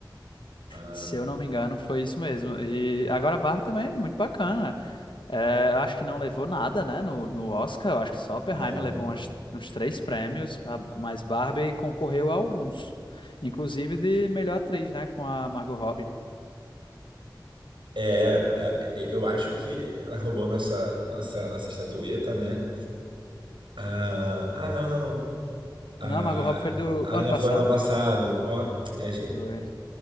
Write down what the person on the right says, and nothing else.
Ah,
não.
É, é, é, eu acho que ela roubou nossa, nossa, nossa estatueta, né? Ah, ah, não, não, não. Ah,
ah,
não
foi ano passado. Ó, viajei.